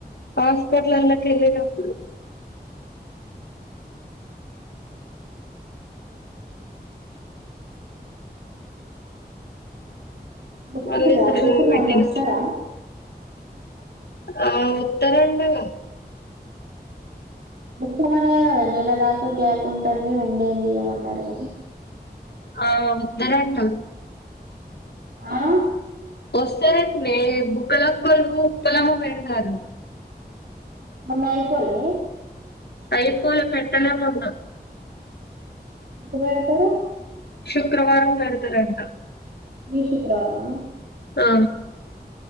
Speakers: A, on the left; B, on the right.
A: హాస్పిటల్లలకి ఎళ్ళేటప్పుడు
B: వచ్చింర
A: మళ్ళీ సలూన్
B: కుర్సున్నా
A: పెట్టిన
B: అన్న అస్తర
A: ఆ ఉత్తరంలో
B: వస్తవనే గదా నెలదాకా గ్యాప్ ఉంటాంది ఉండేంది అన్నారు
A: ఆ యా వత్తరంటా
B: ఆ
A: వస్తారన్ వే బుక్కలక్కోళ్లు ఉప్పలమో పెడతాళ్ళు
B: మొన్న అయిపోలే
A: అయిపోలే పెట్టలే మొన్న
B: ఎప్పుడ్ పెడతరు
A: శుక్రవారం పెడుతారంట
B: ఈ శుక్రవారమా
A: ఆ